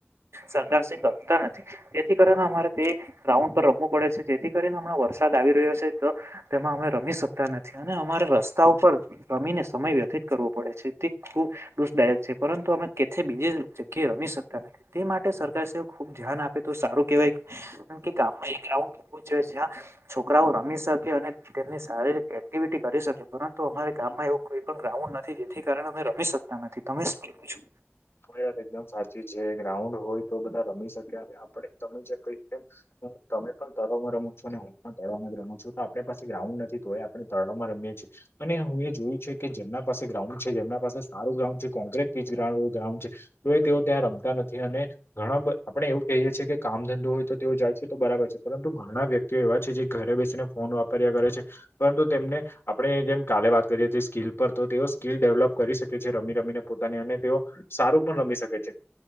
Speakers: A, on the right; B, on the left.
A: સરકાર શ્રી કરતા નથી જેથી કરીને અમારે તે ગા‌ઉન્ડ રમવું પડે છે, જેથી કરી ને હમણાં વર વરસાદ આવી રહ્યો છે, તો તેમાં અમે રમી શકતા નથી, અને અમારે રસ્તા ઉપર રમીને સમય વ્યથ તે કરવો પડે છે, તે દુઃખદાયક છે, પરંતુ અમે કેથે બીજી જગ્યાએ રમી શકતા નથી. તે માટે સરકાર ખુબ ધ્યાન આપે તો સારું કેહેવાય, ગામમાં એવું. છોકરાઓ રમી શકે અને તેમની શારીરિક એક્ટિવિટી કરી શકે પરંતુ અમારે ગામમાં એવું કોઈ પણ ગ્રાઉ પણ નથી જેથી કારણે અમે રમી શકતા નથી તમે કેવું છે?
B: તો યાર એકદમ સાચી છે, ગ્રાઉન્ડ હોય તો બધા રમી શકે અને આપડે તમે જે કહ્યું તેમ તમે પણ તળાવમાં રમો છો અને હું પણ તળાવમાં જ રમું છું તો આપણે પાસે ગ્રાઉન્ડ નથી તો એ આપણે તળાવમાં રમીએ અને હું એ જોયું છે કે જેમના પાસે ગ્રાઉન્ડ છે જેમના પાસે સારું ગ્રાઉન્ડ છે કોંક્રેટ પીચ ગ્રાઉન્ડ ગ્રાઉન્ડ છે તો એ તેઓ ત્યાં રમતા નથી અને ઘણા આપણે એવું કહીએ છે કે કામ ધંધો હોય તો તેઓ જાય છે તો બરાબર છે પરંતુ ઘણા વ્યક્તિઓ એવા છે, જે ઘરે બેસીને ફોન વાપર્યા કરે છેપરંતુ તેમને આપડે જેમ કાલે વાત કરીએ છીએ, સ્કિલ પર તો તેઓ સ્કિલ ડેવલપ કરી શકે છે, રમી રમીને પોતાની અને તેઓ સારું પણ રમી શકે છે